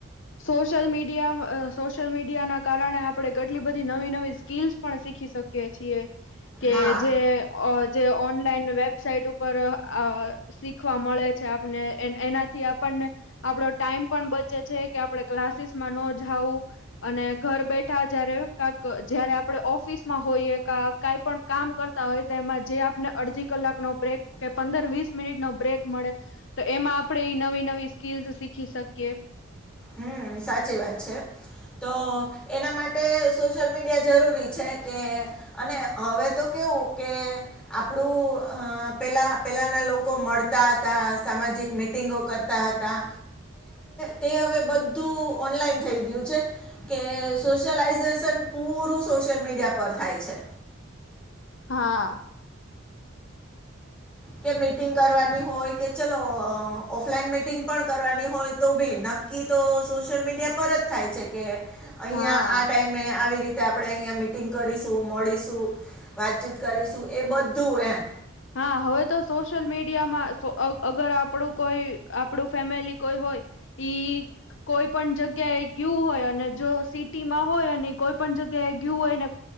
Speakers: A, on the left; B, in the centre.
A: સોશિયલ મીડિયા, સોશિયલ મીડિયાના કારણે આપડણે કેટલી બધી નવી નવી સ્કીલ્સ પણ શીખી શકીએ છીએ કે
B: હા
A: જે જે ઓનલાઈન વેબસાઇટ ઉપર શીખવા મળે છે આપને એનાથી આપણ આપડો ટાઈમ પણ બચે છે કે આપડે ક્લાસીસમાં ન જાવું. અને ઘર બેઠા જયારે ક જયારે આપણે ઓફિસ માં હોઈએ ક કઈ પણ કામ કરતા હોય તો એમાં જે આપણે અરજી ક ન બ્રેક કે પંદર વીસ મિનિટ નો બ્રેક મળે તો એમાં આપણેે ઈ નવી નવી. સ્કીલ સીખી શકીએ.
B: હમ સાચી વાત છે. તો એના માટે સોશિયલ મીડિયા જરૂરી છે કે અને હવે તો કેવું કે આપડું પેલા પેલાના લોકો મળતા હતા સામાજિક મીટંગો કરતા હતા તે હવે બધુ ઓનલાન થઈ ગયું કે સોસોલ્યાસેન પુંરુ સોશિલ મીડીયા મીડિયા પર થાય છે.
A: હા.
B: કે મીટિંગ કરવાની હોય કે ચલો ઓફલાઈન મિટિંગ પણ કરવાની હોય તો ભી ન ક તો સોશિયલ મીડિયા પર જ થાય છે કે અહંયા
A: હા.
B: આ ટાઈમે આવી રીતે આપણે અહ મીટિંગ કરીશું મળીશું. વાતચીત કરીશું એ બધું એમ
A: હા હવે તો સોશિયલ મીડિયામાં અગર આપડું કોઈ આપડું ફેમિલી કોઈ ઈ કોઈ પણ જગ્યા એ ગયું હોય અને જો સિટી માં હોય અને કોઈ પણ જગ્યા ગયું હોયને